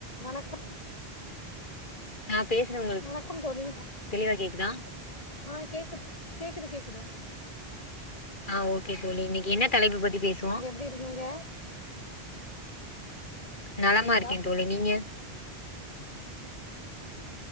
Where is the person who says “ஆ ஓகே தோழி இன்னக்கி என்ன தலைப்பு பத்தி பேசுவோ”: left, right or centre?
Left